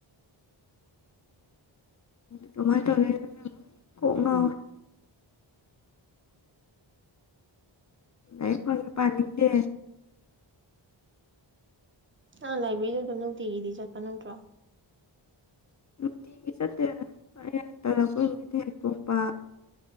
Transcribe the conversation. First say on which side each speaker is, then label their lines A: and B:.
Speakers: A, on the left; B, on the right.
A: ꯑꯗꯨꯃꯥꯏꯅ ꯇꯧꯒꯦ ꯀꯣꯛꯅ ꯑꯩꯈꯣꯏꯅ ꯄꯥꯅꯤꯡꯗꯦ
B: ꯑꯪ ꯂꯥꯏꯕ꯭ꯔꯦꯔꯤꯗ ꯑꯗꯨꯝ ꯅꯨꯡꯇꯤꯒꯤꯗꯤ ꯆꯠꯄ ꯅꯠꯇ꯭ꯔꯣ
A: ꯅꯨꯡꯇꯤꯒꯤ ꯆꯠꯇꯦꯅ ꯍ ꯍꯟ ꯇꯔꯛ ꯀꯣꯏꯕꯗ ꯍꯦꯛꯛꯇꯣꯛꯄ